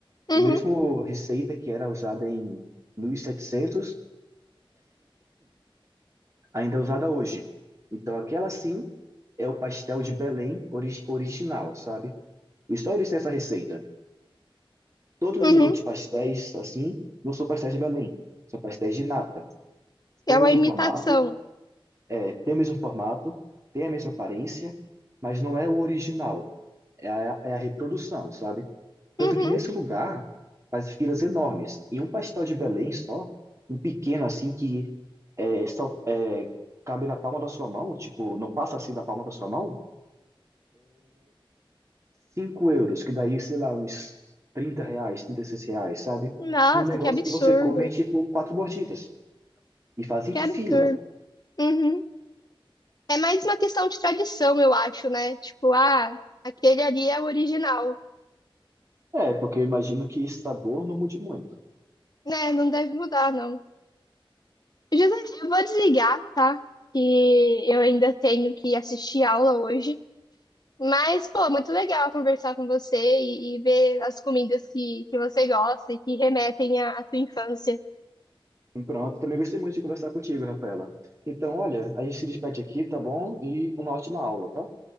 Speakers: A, on the left; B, on the right.
A: uhum,
B: O mesmo receita que era usada em 1700 ainda é usada hoje. Então, aquela sim é o pastel de Belém ori- original, sabe? E só eles têm essa receita. Todos
A: uhum.
B: os outros pastéis, assim, não são pastéis de Belém, são pastéis de nata.
A: É
B: Tem o
A: uma
B: mesmo
A: imitação.
B: formato, é, tem o mesmo formato, tem a mesma aparência, mas não é o original, é a, é a reprodução, sabe? Tanto
A: Uhum.
B: que nesse lugar faz filas enormes. E um pastel de Belém só, um pequeno assim que é, só é, cabe na palma da sua mão, tipo, não passa assim da palma da sua mão, 5 euros, que daí, sei lá, uns 30 reais, 36 reais, sabe?
A: Nossa,
B: Um negócio
A: que absurdo.
B: que você come, é, tipo, quatro mordidas. E fazem
A: Que
B: fila.
A: absurdo. Uhum. É mais uma questão de tradição, eu acho, né? Tipo, ah, aquele ali é o original.
B: É, porque eu imagino que esse sabor não mude muito.
A: Né, não deve mudar, não. José, eu vou desligar, tá? Que eu ainda tenho que assistir aula hoje. Mas, pô, muito legal conversar com você e, e ver as comidas que, que você gosta e que remetem à, à tua infância.
B: Pronto, também gostei muito de conversar contigo, Rafaela. Então, olha, a gente se despede aqui, tá bom? E uma ótima aula, tá?